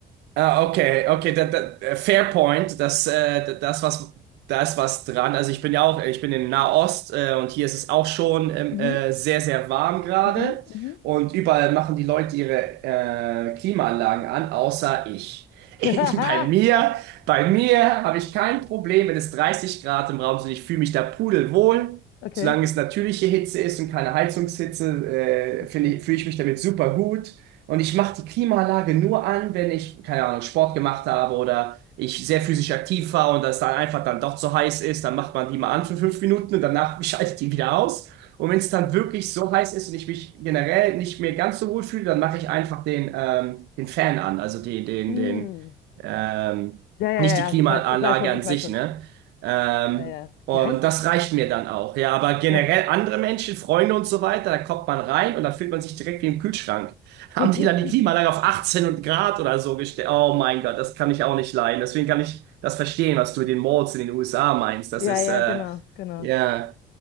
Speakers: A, on the right; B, on the left.
A: Ah, okay, okay, da, da, äh, fair point. Das, äh, da- das was, da ist was dran. Also ich bin ja auch, ich bin in Nahost äh, und hier ist es auch schon ähm,
B: Mhm,
A: äh, sehr, sehr warm gerade.
B: mhm, mhm.
A: Und überall machen die Leute ihre äh, Klimaanlagen an, außer ich. <laughs>
B: <laughs>
A: Bei mir, bei mir habe ich kein Problem, wenn es 30 Grad im Raum sind. Ich fühle mich da pudelwohl.
B: Okay.
A: Solange es natürliche Hitze ist und keine Heizungshitze, äh,
B: Lustig.
A: finde ich, fühle ich mich damit super gut. Und ich mache die Klimaanlage nur an, wenn ich, keine Ahnung, Sport gemacht habe oder ich sehr physisch aktiv war und das dann einfach dann doch zu heiß ist, dann macht man die mal an für fünf Minuten und danach <laughs> schalte ich die wieder aus. Und wenn es dann wirklich so heiß ist und ich mich generell nicht mehr ganz so wohl fühle, dann mache ich einfach den, ähm, den Fan an, also die, den,
B: Hm.
A: den, ähm,
B: Ja, ja,
A: nicht
B: ja,
A: die Klimaanlage
B: ja, ich weiß, ich weiß schon,
A: an
B: ich
A: sich,
B: weiß schon.
A: ne? Ähm,
B: Ja, ja.
A: und
B: Wie heißt?
A: das reicht mir dann auch. Ja, aber generell
B: Ja.
A: andere Menschen, Freunde und so weiter, da kommt man rein und da fühlt man sich direkt wie im Kühlschrank haben
B: <laughs>
A: die dann die Klimaanlage auf 18 und Grad oder so gestellt. Oh mein Gott, das kann ich auch nicht leiden. Deswegen kann ich das verstehen, was du mit den Malls in den USA meinst. Das
B: Ja,
A: ist,
B: ja,
A: äh,
B: genau, genau.
A: ja,